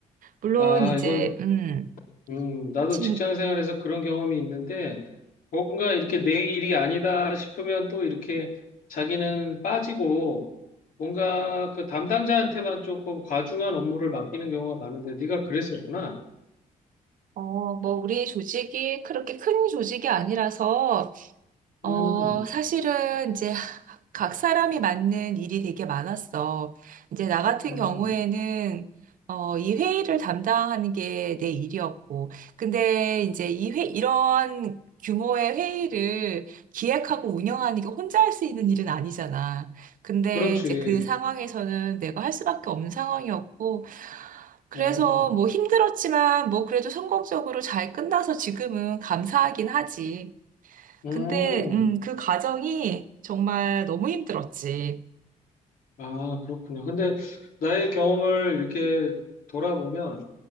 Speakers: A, on the right; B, on the left.
A: 물론
B: 아,
A: 이제
B: 이건,
A: 음,
B: 음, 나도
A: 진,
B: 직장 생활에서 그런 경험이 있는데, 뭔가 이렇게 내 일이 아니다 싶으면 또 이렇게 자기는 빠지고, 뭔가 그 담당자한테만 조금 과중한 업무를 맡기는 경우가 많은데, 네가 그랬었구나.
A: 어, 뭐 우리 조직이 그렇게 큰 조직이 아니라서 어,
B: 음,
A: 사실은 이제 각 사람이 맞는 일이 되게 많았어. 이제 나 같은
B: 음,
A: 경우에는 어, 이 회의를 담당하는 게 내 일이었고. 근데 이제 이 회, 이런 규모의 회의를 기획하고 운영하는 게 혼자 할 수 있는 일은 아니잖아. 근데
B: 그렇지.
A: 이제 그 상황에서는 내가 할 수밖에 없는 상황이었고. 그래서
B: 음,
A: 뭐 힘들었지만 뭐 그래도 성공적으로 잘 끝나서 지금은 감사하긴 하지.
B: 음,
A: 근데, 음, 그 과정이 정말 너무 힘들었지.
B: 아, 그렇구나. 근데 나의 경험을 이렇게 돌아보면,